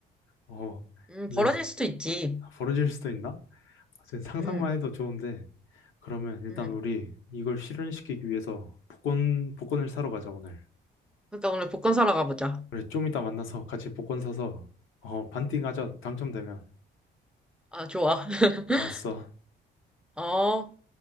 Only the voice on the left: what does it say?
어
근데
벌어질 수도 있나? 사실 상상만
해도 좋은데 그러면 일단
우리 이걸 실현시키기 위해서 복권 복권을 사러 가자 오늘.
그래, 좀 이따 만나서 같이 복권 사서, 어, 반띵하자. 당첨되면.
알았어.